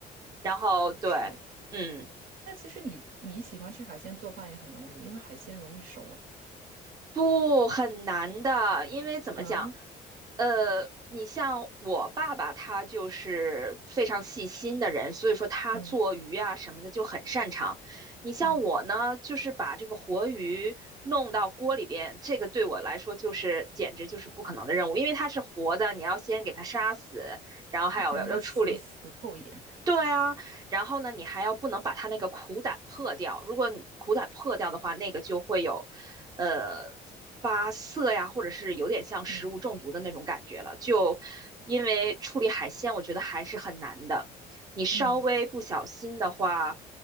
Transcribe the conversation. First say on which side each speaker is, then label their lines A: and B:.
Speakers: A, on the right; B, on the right.
A: 然后对。
B: 嗯，是。
A: 嗯，
B: 但其实你你喜欢吃海鲜，做饭也很容易，因为海鲜容易熟啊。
A: 不，很难的，因为怎么讲，
B: 嗯
A: 呃，你像我爸爸，他就是非常细心的人，所以说他做鱼啊什么的就很擅长。
B: 嗯
A: 你像我呢，
B: 嗯，
A: 就是把这个活鱼弄到锅里边，这个对我来说就是简直就是不可能的任务，因为它是活的，你要先给它杀死，然后还有要要处理
B: 你想让它死死透一点。
A: 对啊，然后呢，你还要不能把它那个苦胆破掉。如果你苦胆破掉的话，那个就会有，呃，发涩呀，或者是有点像食物中毒的那种感觉了。
B: 嗯
A: 就因为处理海鲜，我觉得还是很难的。你稍微不小心的话，
B: 嗯，